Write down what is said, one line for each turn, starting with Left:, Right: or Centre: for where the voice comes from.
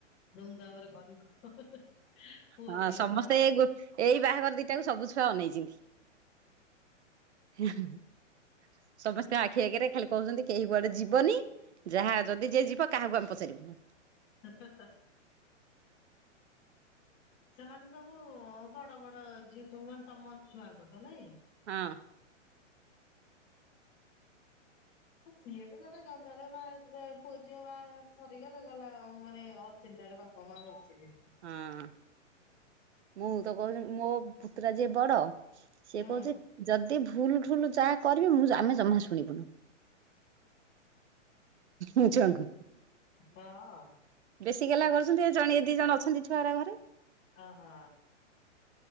Left: ଧୁମଧାମରେ କରିବ ପୁଅ
Right: ହଁ
Left: ଝିଅଙ୍କର
Right: ସମସ୍ତେ
Left: ଆଉ।
Right: ଗୋ ଏଇ ବାହାଘର ଦିଟାକୁ ସବୁ ଛୁଆ ସମସ୍ତେ ଆଖି ଆଗରେ ଖାଲି କହୁଚନ୍ତି କେହି କୁଆଡେ ଯିବନି ଯାହା ଯଦି ଯିଏ ଯିବ କାହାକୁ ଆମେ ପଚାରିବୁନୁ।
Left: <unintelligible> ସେମାନେ ସବୁ ବଡ ବଡ ଝିଅ ସବୁ ମାନେ ତମ ଛୁଆଙ୍କଠୁ ନାଇଁ?
Right: ହଁ।
Left: ସିଏ ବି ଗୋଟେ ଜଞ୍ଜାଲ ବା ପୁଅ ଝିଅ ବାହାଘର ସରିଲେ ଗଲା ମାନେ ଅଚୀନ୍ ତାର ବାପା ମା ବସିବେ।
Right: ହଁ ମୁଁ ତ କହୁଥିଲ ମୋ ପୁତୁରା ଯିଏ ବଡ ସେ
Left: ହୁଁ
Right: କହୁଚି ଯଦି ଭୁଲ ଢୁଲ ଯାହା କରିବି ମୁଁ ଆମେ ଜମା ଶୁଣିବୁନୁ। ମୁଁ ଚଙ୍ଗ।
Left: ହଁ
Right: ବେଶୀ ଗଲା କରୁଚନ୍ତି ଜଣି ଏ ଦି ଜଣ ଅଛନ୍ତି ଛୁଆ ଘରେ
Left: ହଁ ହଁ।